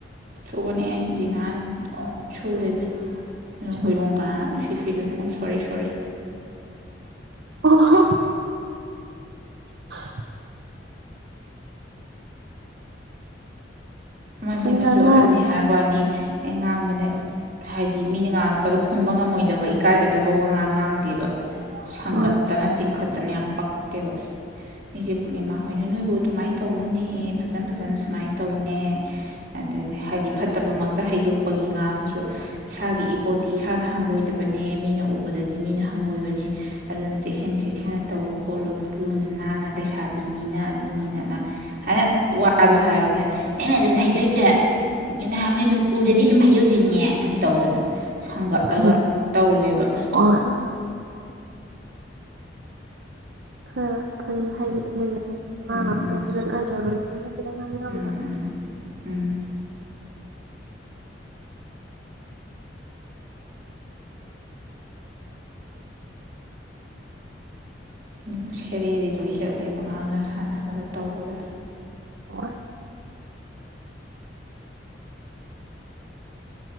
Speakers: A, on the right (about 45°); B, on the right (about 70°).
A: ꯁꯨꯕꯅꯦ ꯖꯤꯅꯥ ꯗꯨꯝ ꯁꯨꯔꯥ ꯂꯩꯕꯅꯦ
B: ꯁꯨꯏ
A: ꯍꯣꯏꯔꯣꯡ ꯀꯅꯥꯅ ꯎꯁꯦꯠꯄꯤꯗꯣꯏꯅꯣ ꯎꯝ ꯁꯣꯔꯤ ꯁꯣꯔꯤ
B: ꯑꯣ <unintelligible>
A: ꯑꯃꯖꯤꯃꯖꯨ
B: ꯑꯗꯨ ꯉꯥꯡꯉ
A: ꯑꯍꯟꯅꯦ ꯍꯥꯏꯕꯋꯅꯤ ꯑꯦ ꯉꯥꯡꯕꯗ ꯍꯥꯏꯗꯤ ꯃꯤꯅ ꯉꯥꯡꯉꯛꯄꯗꯣ ꯈꯨꯝꯕ ꯉꯝꯃꯣꯏꯗꯕ ꯏꯀꯥꯏꯒꯗꯕ ꯋꯉꯥꯡ ꯉꯥꯡꯗꯦꯕ ꯁꯥꯡꯒꯠꯇꯅ
B: ꯋꯥꯟ
A: ꯇꯤꯡꯈꯠꯇꯅ ꯌꯥꯝ ꯄꯛꯇꯦꯕ ꯏꯆꯦ ꯄꯨꯔꯅꯤꯃꯥ ꯍꯣꯏꯅ ꯅꯣꯏꯕꯨ ꯑꯗꯨꯃꯥꯏ ꯇꯧꯅꯨꯅꯤꯍꯦ ꯐꯖꯟ ꯐꯖꯅ ꯁꯨꯃꯥꯏꯅ ꯇꯧꯅꯦ ꯑꯗꯗꯤ ꯍꯥꯏꯗꯤ ꯐꯠꯇꯕꯃꯛꯇ ꯍꯩꯗꯣꯛꯄꯒꯤ ꯉꯥꯡꯉꯁꯨ ꯏꯁꯥꯒꯤ ꯏꯄꯣꯠ ꯇꯤ ꯏꯁꯥꯅ ꯍꯪꯒꯣꯏꯗꯕꯅꯦ ꯃꯤꯅ ꯎꯕꯗꯗꯤ ꯃꯤꯅ ꯍꯪꯒꯣꯏꯕꯅꯦ ꯑꯗꯨꯅ ꯆꯦꯛꯁꯤꯟ ꯆꯦꯛꯁꯤꯟꯅ ꯇꯧ ꯈꯣꯠꯂꯨ ꯂꯨꯅ ꯅꯥꯟꯅ ꯂꯩꯁꯥꯕꯤꯅꯤꯅ ꯑꯗꯨꯅꯤꯅ ꯑꯗ ꯍꯥꯏꯅ ꯋꯥꯗꯣ ꯍꯥꯏꯕꯅꯦ ꯅꯪꯅ ꯑꯗꯨꯗ ꯍꯩꯗꯣꯛꯏꯗꯣ ꯅꯍꯥꯟꯉꯩ ꯎꯗꯗꯤ ꯑꯗꯨꯝ ꯍꯩꯗꯣꯛꯇꯤꯅꯦ ꯇꯧꯗꯅ ꯁꯪꯒꯠꯂꯒ
B: ꯎꯝ
A: ꯇꯧꯋꯦꯕ
B: ꯑꯣꯢ ꯈꯔ ꯐꯖꯅ ꯍꯥꯏꯗꯤ ꯂꯩꯗꯅ ꯑꯉꯥꯡ
A: ꯎꯝ
B: ꯉꯥꯛꯇ
A: ꯎꯝ
B: ꯅꯠꯅꯗ꯭ꯔꯕꯅꯤꯅ ꯈꯤꯇꯪ ꯉꯥꯡꯅꯤꯡꯅꯕꯗꯀꯣ
A: ꯎꯝ ꯎꯝ ꯎꯝ ꯎꯝ ꯁꯦꯔꯩꯗꯤ ꯂꯣꯏ ꯆꯠꯂꯦꯕ ꯉꯥꯡꯅ ꯁꯥꯟꯅꯕꯗ ꯇꯧꯕꯗ
B: ꯑꯣꯏ